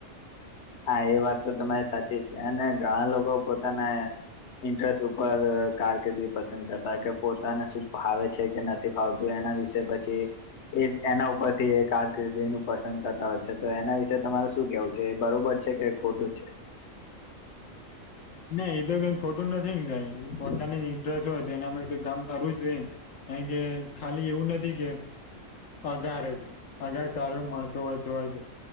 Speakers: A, on the left; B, on the left.
A: હા એ વાત તો તમારી સાચી છે અને ઘણા લોકો પોતાના ઇન્ટરેસ્ટ ઉપર કારકિર્દી પસંદ કરતા હોય કે પોતાને શું ફાવે છે કે નથ થી ફાવતું એના વિશે પછી એ એના ઉપરથી એ કારકિર્દીનું પસંદ કરતા હોય છે તો એના વિશેે તમારે શું કેવું છે. બરોબર છે કે ખોટું છે. હ <inaudible>
B: ના એ તો કઈ ખોટું નથી ન કાય પોતાની ઇન્ટરેસ્ટ હોય તો એનામાં તે કામ કરવું જ જોયેન. એન્જોય ખાલી એવું નથી કે પગાર જ અગાર સારું મળતું હોય તો જ